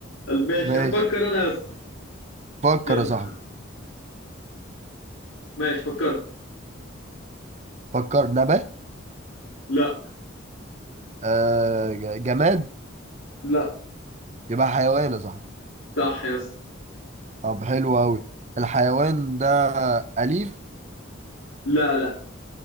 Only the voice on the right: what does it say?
ماشي
فكر
يا صاحبي
فكر نبات
آه ج- جماد
يبقى حيوان يا صاحبي
طب حلو قوي الحيوان ده أليف